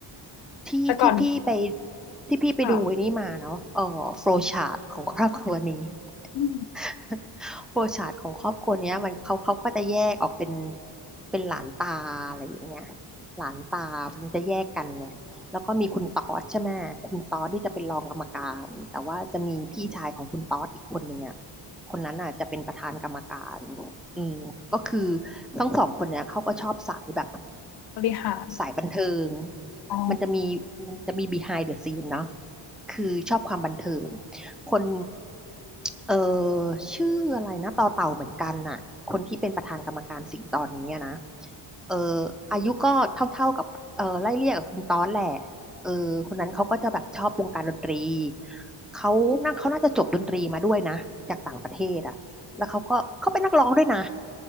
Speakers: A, in the centre; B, on the left.
A: ที่ที่พี่ไป
B: แต่ก่อน
A: ที่พี่ไปดูไอ้นี่มาเนาะเออโฟลว์ชาร์ตของครอบครัวนี้
B: ค่ะอืม
A: <laughs> โปรชาร์ตของครอบครัวเนี้ยมันเขาเขาก็จะแยกออกเป็นเป็นหลานตาอะไรอย่างเงี้ยหลานตามันจะแยกกันไงแล้วก็มีคุณต๊อดใช่ไหมคุณต๊อดนี่จะเป็นรองกรรมการแต่ว่าจะมีพี่ชายของคุณต๊อดอีกคนหนึ่งอ่ะคนนั้นอ่ะจะเป็นประธานกรรมการอืมก็คือทั้งสองคนเนี้ยเขาก็ชอบสายแบบ
B: บริหาร
A: สายบันเทิง
B: อ๋อ
A: มันจะมีมันจะมี behind the scene เนาะคือชอบความบันเทิง คนเออชื่ออะไรนะต่อเต่าเหมือนกันน่ะคนที่เป็นประธานกรรมการสิงห์ตอนนี้อะนะเอออายุก็เท่าๆกับเออไล่เลี่ยกับคุณตอนแหละเออคนนั้นเขาก็จะแบบชอบวงการดนตรีเขาน่าเขาน่าจะจบดนตรีมาด้วยนะจากต่างประเทศอ่ะแล้วเขาก็เขาเป็นนักร้องด้วยนะ